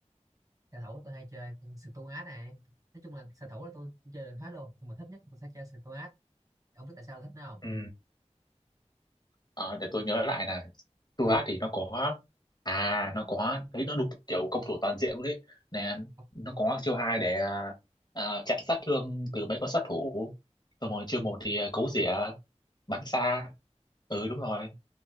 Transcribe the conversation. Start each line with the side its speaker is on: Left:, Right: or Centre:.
Right: xạ thủ tôi hay chơi Stuart này nói chung là xạ thủ là tôi chơi được hết luôn nhưng mà thích nhất tôi sẽ chơi Stuart ông biết tại sao tôi thích nó không
Left: ừ. Ờ, để tôi nhớ lại nè Tôi hát thì nó có à nó có thấy nó đúng kiểu công thủ toàn diện luôn đấy nè
Right: Không.
Left: nó có chiêu hai để à, à, chặn sát thương từ mấy con sát thủ xong
Right: Ờ,
Left: rồi chiêu một thì à, cấu rỉa bắn xa ừ đúng rồi